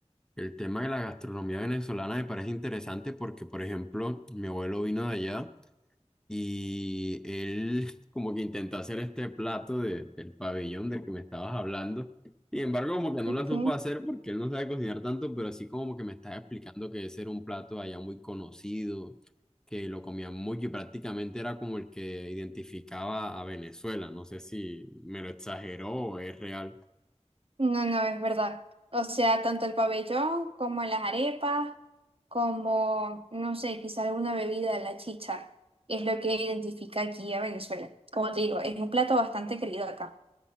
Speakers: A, in the centre; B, on the right.
A: el tema de la gastronomía venezolana me parece interesante porque, por ejemplo, mi abuelo vino de allá. Y él como que intentó hacer este plato de- del pabellón del que me estabas hablando. Sin embargo, como que no
B: Ok.
A: lo supo hacer porque él no sabe cocinar tanto, pero así como que me estaba explicando que ese era un plato allá muy conocido, que lo comían mucho y prácticamente era como el que identificaba a Venezuela. No sé si me lo exageró o es real.
B: No, no, es verdad. O sea, tanto el pabellón como las arepas, como, no sé, quizá alguna bebida la chicha, es lo que identifica aquí a Venezuela. Como te digo, es un plato bastante querido acá.